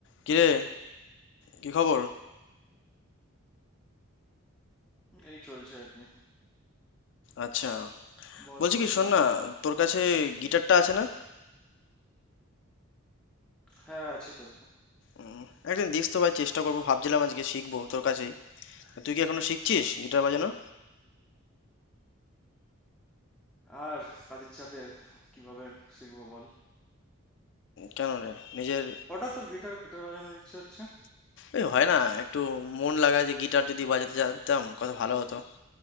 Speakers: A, on the left (about 55°); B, in the centre.
A: কিরে কি খবর
B: এই চলছে আর কি
A: আচ্ছা
B: বল
A: বলছি
B: তোর
A: কি
B: খবর
A: শোন না
B: কি
A: তোর কাছে গিটারটা আছে না
B: হ্যাঁ আছে তো
A: উম, একদিন দিস তো ভাই চেষ্টা করবো ভাবছিলাম আজকে শিখবো তোর কাছেই তা তুই কি এখনো শিখছিস গিটার বাজানো
B: আর কাজের চাপে কিভাবে শিখবো বল
A: কেন রে নিজের
B: হঠাৎ তোর গিটার গিটার বাজানোর ইচ্ছে হচ্ছে
A: এই হয় না একটু মন লাগা যে গিটার যদি বাজাতে জানতাম কত ভালো হতো